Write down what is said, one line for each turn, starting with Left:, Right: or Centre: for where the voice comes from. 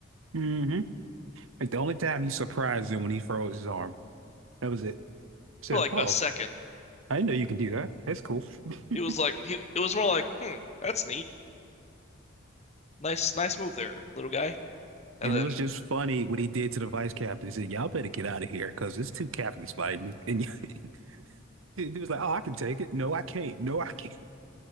Right: hmm Like the only time he surprised him when he froze his arm. That was it. So,
Left: for like
Right: oh,
Left: a second.
Right: I didn't know you can do that. That's cool. <laughs>
Left: It was like he it was more like, hmm, that's neat, nice nice move there, little guy. And
Right: And
Left: then
Right: it was just funny what he did to the vice captain. He said, "Y'all better get out of here because it's two captains fighting." And <laughs> he was like, "Oh, I can take it. No, I can't. No, I can't." <laughs>